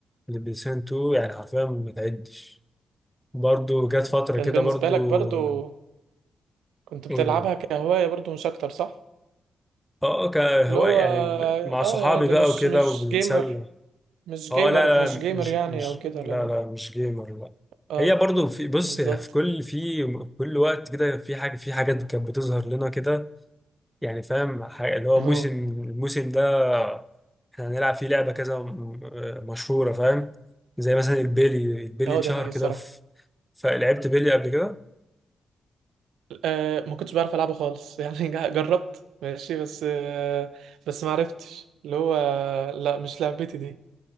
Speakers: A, in the centre; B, on the right (about 75°).
A: للبلاي ستيشن 2 يعني حرفيا ما تعدش برضو جت فترة
B: كان
A: كده
B: بالنسبة
A: برضو
B: لك برضو كنت بتلعبها
A: قول لي
B: كهواية برضو مش أكتر صح؟
A: اه آه، كهواية
B: اللي هو
A: يعني ب- مع
B: اه
A: صحابي
B: عادي
A: بقى
B: مش
A: وكده
B: مش
A: وبنتسلى
B: جيمر مش
A: اه
B: جيمر
A: لا
B: مش
A: لا
B: جيمر
A: مش
B: يعني
A: مش
B: أو كده
A: لا
B: لا
A: لا مش جيمر لا
B: اه
A: هي برضو في بص
B: بالظبط
A: يعني في كل في كل وقت كده في حاجة في حاجات كانت بتظهر لنا كده يعني فاهم حاجة اللي هو
B: اه
A: موسم الموسم ده احنا هنلعب فيه لعبة كذا م- آه، مشهورة فاهم زي مثلا البيلي البيلي
B: اه
A: اتشهر
B: ده حقيقي الصراحة
A: كده في فلعبت بيلي قبل كده
B: آه ما كنتش بعرف العبه خالص <laughs> يعني جا- جربت ماشي بس آه بس ما عرفتش اللي هو لا مش لعبتي دي